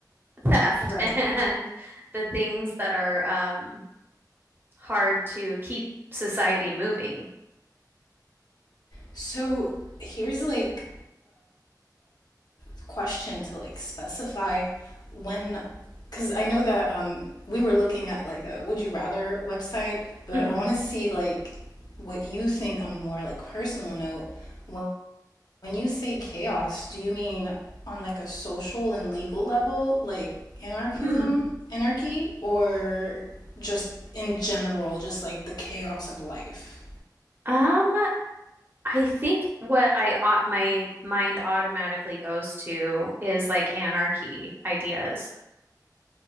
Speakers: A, on the right; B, on the left.
A: theft
B: Right.
A: <laughs> and the things that are um, hard to keep society moving.
B: So here's like a question to like specify when, because I know that um, we were looking at like a would you rather website, but
A: Mhm.
B: I want to see like what you think on a more like personal note. When, when you say chaos, do you mean on like a social and legal level, like anarchism,
A: Hmm.
B: anarchy, or just in general, just like the chaos of life?
A: Um, I think what I au- my mind automatically goes to is like anarchy ideas.